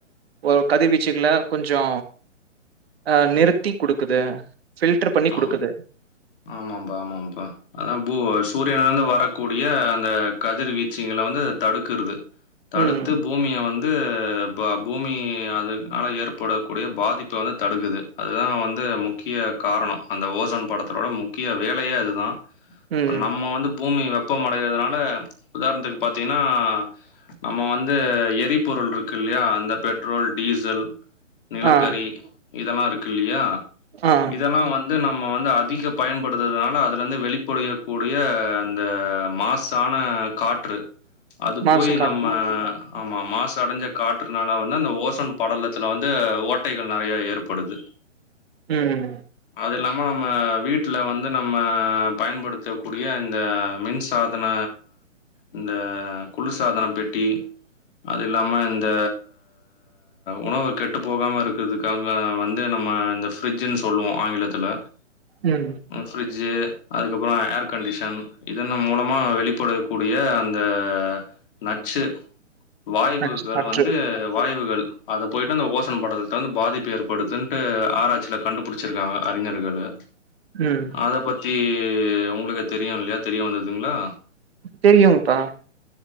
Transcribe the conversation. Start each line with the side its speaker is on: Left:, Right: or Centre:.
Right: ஒரு கதிவீச்சுகள கொஞ்சோ அ நிறுத்தி குடுக்குது ஃபில்ட்ர் பண்ணி குடுக்குது
Left: ஆம் ஆமாம்பா ஆமாம்பா அதா பூ சூரியனந்து வரக்கூடிய அந்த கதிர்வீச்சுங்கள வந்து அது தடுக்குறது தடுத்து
Right: ம்
Left: பூமிய வந் ந்து ப பூமி அதுனால ஏற்படக்கூடிய பாதிப்ப வந்து தடுக்குது அதுதா வந்து முக்கிய காரணோ அந்த ஓசோன் பட த்தோட முக்கிய வேலயே அதுதா இப்ப
Right: ம்
Left: நம்ம வந்து பூமி வெப்பம் அடயிறதுனால உதாரணத்துக்கு பாத்தீங்ன்னா நம்ம வந்து எரிபொருள் இருக்கு இல்லயா அந்த பெட்ரோல் டீசல் நிலக்கரி
Right: ஆ
Left: இதெல்லா இருக்கு இல்லியா
Right: ஆ
Left: இதெல்லா வந்து நம்ம வந்து அ திக பயன்படுத்துறதுனால அதுலந்து வெளிப்படயக்கூடிய அந்த மாசான காட் ற்று அது
Right: மாசு
Left: போய்
Right: காற்று
Left: நம்ம ஆமா மாசு அடஞ்ச காட்டுறுனால வந்து அந்த ஓசோன் படலத்துல வந்து ஓட்டைகள் நிறய ஏற்படுது
Right: ம்
Left: அது இல்லாம நம்ம வீட்டுல வந்து நம்ம பயன்படுத்தக்கூடிய இந்த மின்சாதன இந்த குளுர் சாதன பெட்டி அதில்லாம இந்த உணவு கெட்டு போகாம இருக்குதுக்கு ங்க வந்து நம்ம இந்த ஃப்ரிஜன்னு சொல்லுவோ ஆங்கிலத்துல
Right: ம்
Left: ஃப்ரிட்ஜு அதுக்கப்புறோ ஏர் கண்டிஷன் இதென்ன மூலமா வெளிப்படு கூடிய அந்த நச்சு வாய்வுகள்
Right: நச்சு காற்று
Left: வந்து வாய்வுகள் அத போய்ட்டு அந்த ஓசோன் படத்த வந்து பாதிப்பு ஏற்படுத்துன்ட்டு ஆரச்சியில்ல கண்டுபுடிச்சிருக்காங்க அறிஞர்களு
Right: ம்
Left: அத பத்தி உங்களுக்கு தெரியு இல்லயா தெரிய வந்துதுங்களா
Right: தெரியுங்ப்பா